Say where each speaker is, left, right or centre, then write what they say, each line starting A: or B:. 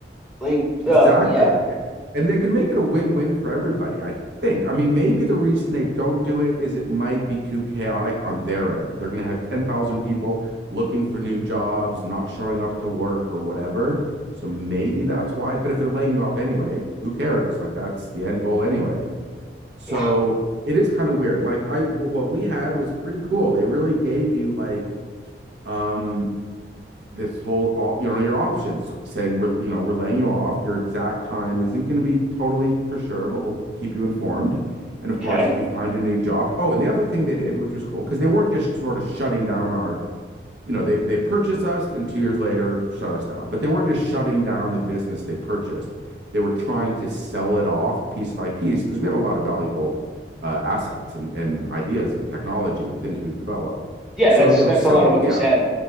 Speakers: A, in the centre; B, on the right.
A: like,
B: exactly.
A: uh, yeah,
B: Yeah. And they could make it a win-win for everybody, I think. I mean, maybe the reason they don't do it is it might be too chaotic on their end. They're going to have 10,000 people looking for new jobs, not showing up to work or whatever. So maybe that's why. But if they're laying you off anyway, who cares? Like that's the end goal anyway. So
A: yeah,
B: it is kind of weird. Like I, w- what we had was pretty cool. They really gave you like, um, this whole all you know your options saying we're you know we're laying you off your exact time isn't going to be totally for sure but we'll keep you informed and of
A: okay,
B: course if you find a new job oh and the other thing they did which was cool because they weren't just sort of shutting down our you know they they purchased us and two years later shut us down but they weren't just shutting down the business they purchased they were trying to sell it off piece by piece because we had a lot of valuable uh, assets and, and ideas and technology and things we've developed
A: yeah.
B: so
A: That's
B: they were
A: that's
B: selling
A: a lot of what
B: yeah
A: you said.